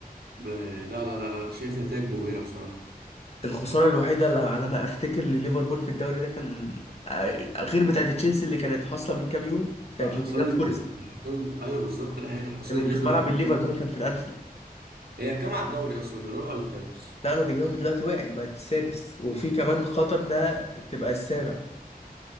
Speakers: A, on the right; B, on the left.
A: ب- لا لا لا لا شايف نتائج مبهره بصراحه
B: الخسارة الوحيدة اللي على ما افتكر لليفربول في الدوري ده كان آه، غير بتاعة تشيلسي اللي كانت حاصلة من كام يوم بتاعة
A: لا حصان
B: نوتنجهام
A: اسود
B: فورست
A: حصان ايوه بالظبط لا هي الحصان
B: كانت
A: الاسود
B: في ملعب
A: للبطوله
B: الليفر كمان كان في الانفيلد
A: هي كام على الدوري اصلا الرابع ولا الخامس
B: لا نوتنجهام دلوقتي وقعت بقت السادس وفي كمان خطر انها تبقى السابع